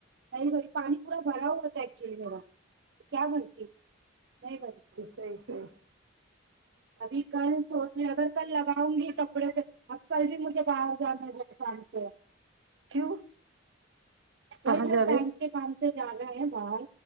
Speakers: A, on the right; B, on the right.
A: نہیں بھری پانی پورا بھرا ہوتا ہے ایکچولی میرا تو کیا بھرتی نہیں بھری
B: صیح صیح
A: ابھی کل سوچے اگر کل لگاؤں گی کپڑے پہ اب کل بھی مجھے باہر جانا ہے شام سے
B: کیوں
A: بھائی
B: کہاں جا رہے
A: بینک کے کام سے جانا ہے باہر